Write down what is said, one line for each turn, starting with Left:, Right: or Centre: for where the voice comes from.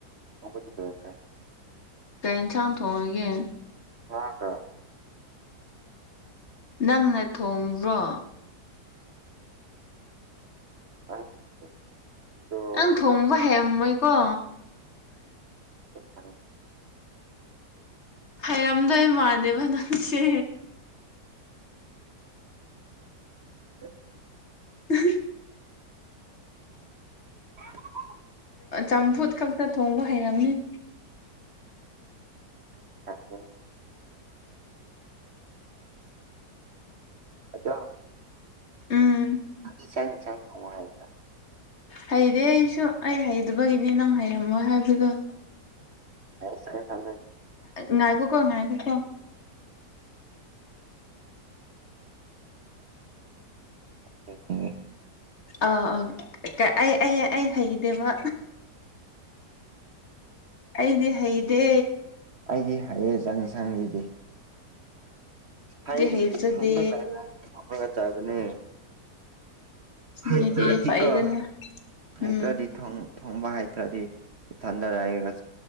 Right: ꯍꯅꯤꯗꯦꯦ
Left: ꯆ ꯌꯦꯟꯁꯥꯡ ꯊꯣꯡꯉꯒꯦ
Right: ꯍ ꯀ
Left: ꯅꯪꯅ ꯊꯣꯡꯕ꯭ꯔꯣ
Right: ꯑꯗ
Left: ꯅꯪ ꯊꯣꯡꯕ ꯍꯩꯔꯝꯃꯣꯏꯀꯣ
Right: ꯎ <unintelligible>
Left: ꯍꯩꯔꯝꯗꯣꯏ ꯃꯥꯟꯗꯦꯕꯅ ꯁꯦ
Right: ꯎ
Left: ꯎ
Right: <inaudible>
Left: ꯆꯝꯐꯨꯠ ꯈꯛꯇ ꯊꯣꯡꯕ ꯍꯩꯔꯝꯅꯤ
Right: ꯍꯥꯏ ꯍꯥꯏ ꯑꯆꯥꯥ
Left: ꯎꯝ
Right: ꯅꯤ ꯆ ꯆꯪ ꯊꯃ ꯍꯥꯏ <unintelligible>
Left: ꯍꯩꯔꯦ ꯑꯩꯁꯨ ꯑꯩ ꯍꯩꯗꯕꯒꯤꯅꯦ ꯅꯪ ꯍꯩꯔꯝꯃꯣꯢ ꯍꯥꯏꯕꯗꯣ
Right: ꯑꯩ ꯁꯥꯏꯦꯝ
Left: ꯉꯥꯏꯈꯥꯀꯣꯉꯥꯏꯈꫭꯀꫭ
Right: <unintelligible>
Left: ꯑꯥ ꯑ ꯑꯩ ꯑꯩ ꯑꯩ ꯍꯩꯗꯦꯕ ꯑꯩꯗꯤ ꯍꯩꯗꯦ
Right: ꯑꯩꯒꯤ ꯍꯌꯦ ꯆꯪꯁꯪꯒꯤꯗꯤ ꯍꯥꯏꯕꯤꯒꯤ
Left: ꯍꯩꯖꯗꯦ
Right: ꯏꯊꯟꯗ <unintelligible> ꯆꯥꯕꯅꯦ ꯍꯩꯗ꯭ꯔꯗꯤ
Left: ꯃꯤꯗꯤ ꯐꯩꯗꯅ
Right: ꯀꫭ
Left: ꯎꯝ
Right: ꯍꯩꯗ꯭ꯔꯗꯤ ꯊꯣ ꯊꫭꯡꯕ ꯍꯩꯇ꯭ꯔꯗꯤ ꯏꯊꯟꯗ ꯂꯩꯔꯒ